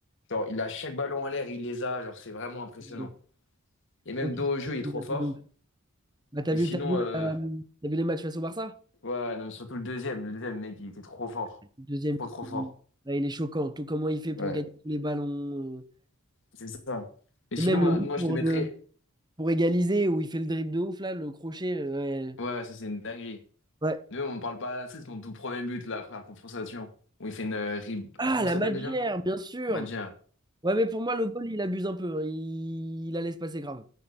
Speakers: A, on the left (about 60°); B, on the right (about 20°).
A: genre, il a chaque ballon en l'air, il les a. Genre, c'est vraiment impressionnant.
B: Euh,
A: Et même
B: Ok,
A: dos
B: je
A: au jeu, il est trop
B: suis un
A: fort.
B: peu de ouf. Bah, t'as
A: Mais
B: vu,
A: sinon,
B: t'as vu,
A: euh,
B: t'as vu les matchs face au Barça?
A: ouais, non, mais surtout le deuxième. Le deuxième, mec, il était trop fort.
B: Le deuxième,
A: Trop, trop fort.
B: il, ouais, il est choquant. Tout comment il fait pour
A: Ouais,
B: gagner tous les ballons. euh,
A: c'est ça. Mais
B: Et
A: sinon,
B: même
A: moi,
B: le but
A: moi,
B: pour,
A: je te mettrais.
B: euh, pour égaliser, où il fait le dribble de ouf, là, le crochet. euh,
A: Ouais, ça, c'est une dinguerie.
B: Ouais. Ouais.
A: Nous, on ne parle pas assez. C'est mon tout premier but, là, frère, contre Sion, Où il fait une. euh, rib-
B: Ah,
A: Comment
B: la
A: ça s'appelle
B: Madgère,
A: déjà?
B: bien sûr.
A: Madja.
B: Ouais, mais pour moi, le goal, il abuse un peu. hein. Il, il la laisse passer grave.